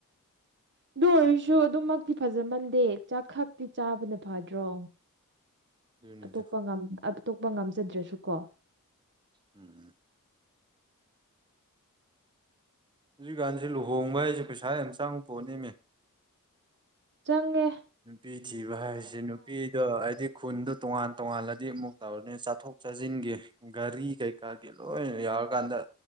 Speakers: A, on the right; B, on the right.
A: ꯑꯗꯨ ꯑꯣꯏꯔꯁꯨ ꯑꯗꯨꯝꯃꯛꯇꯤ ꯐꯖꯃꯟꯗꯦ ꯆꯥꯛ ꯈꯛꯇꯤ ꯆꯥꯕꯅ ꯐꯗ꯭ꯔꯣ
B: ꯑꯗꯨꯅꯤꯗ
A: ꯑꯇꯣꯞꯄ ꯑꯇꯣꯞꯄ ꯉꯝꯖꯗ꯭ꯔꯁꯨ ꯀꯣ
B: ꯎꯝ ꯎꯝ ꯍꯧꯖꯤꯛꯀꯥꯟꯁꯤꯦ ꯂꯨꯍꯣꯡꯕ ꯍꯥꯏꯁꯦ ꯄꯩꯁꯥ ꯌꯥꯝ ꯆꯪꯕ ꯄꯣꯠꯅꯤꯃꯦ
A: ꯆꯪꯦ
B: ꯅꯨꯄꯤ ꯊꯤꯕ ꯍꯥꯏꯁꯦ ꯅꯨꯄꯤꯗꯣ ꯍꯥꯏꯗꯤ ꯈꯨꯟꯗꯣ ꯇꯣꯉꯥꯟ ꯇꯣꯉꯥꯟꯜꯂꯗꯤ ꯑꯃꯨꯛ ꯇꯧꯔꯅꯤ ꯆꯠꯊꯣꯛ ꯆꯠꯁꯤꯟꯒꯤ ꯒꯥꯔꯤ ꯀꯩꯀꯥꯒꯤ ꯂꯣꯏꯅ ꯌꯥꯎꯔꯀꯥꯟꯗ